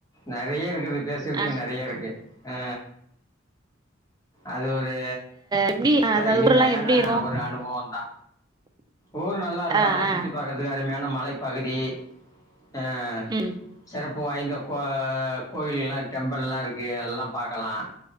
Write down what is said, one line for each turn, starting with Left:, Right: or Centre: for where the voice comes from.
Left: நெறய இருக்குது பேசுறதுக்கு
Right: ஆ
Left: நெறய இருக்கு ஆ அது இது
Right: எப்டி அதாவது
Left: இனிமையான
Right: ஊரெல்லா எப்டி இருக்கு
Left: ஒரு அனுபவந்தா ஊரு நல்லா இருக்கு
Right: ஆ
Left: நல்லா சுத்தி
Right: ஆ
Left: பாக்குறதுக்கு அருமையான மலைப்பகுதி ஆ
Right: ம்
Left: சிறப்பு வாய்ந்த கோ கோயில்லா டெம்பிள்லா இருக்கு அதெல்லா பாக்கலா